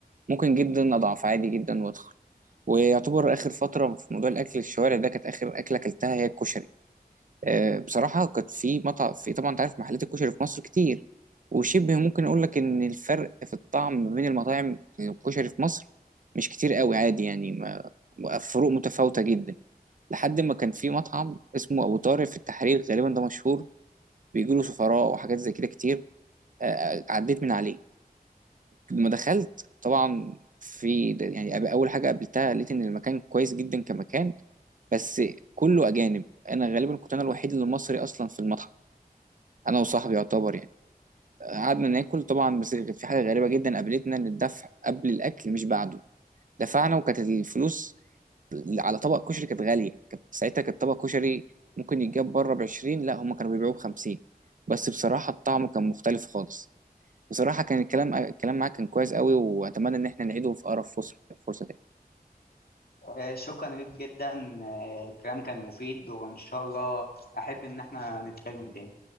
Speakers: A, on the right; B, on the left.
A: ممكن جدا اضعف عادي جدا وادخل ويعتبر اخر فتره في موضوع الاكل الشوارع ده كانت اخر اكله اكلتها هي الكشري أه بصراحه كانت في مطعم في طبعا انت عارف محلات الكشري في مصر كتير وشبه ممكن اقول لك ان الفرق في الطعم ما بين المطاعم الكشري في مصر مش كتير قوي عادي يعني ما فروق متفاوته جدا لحد ما كان في مطعم اسمه ابو طارق في التحرير غالبا ده مشهور بيجيله سفراء وحاجات زي كده كتير أه عديت من عليه لما دخلت طبعا في ده- يعني أب- اول حاجه قابلتها لقيت ان المكان كويس جدا كمكان بس كله اجانب انا غالبا كنت انا الوحيد اللي مصري اصلا في المطعم انا وصاحبي يعتبر يعني قعدنا ناكل طبعا بس كانت في حاجه غريبه جدا قابلتنا ان الدفع قبل الاكل مش بعده دفعنا وكانت الفلوس على طبق كشري كانت غاليه كانت ساعتها كانت طبق كشري ممكن يتجاب بره ب 20 لا هم كانوا بيبيعوه ب 50 بس بصراحه الطعم كان مختلف خالص بصراحة كان الكلام الكلام معاك كان كويس قوي وأتمنى إن احنا نعيده في أقرب فرصة فرصة تاني
B: آه، شكرا ليك جدا آه، الكلام كان مفيد وإن شاء الله أحب إن إحنا نتكلم تاني.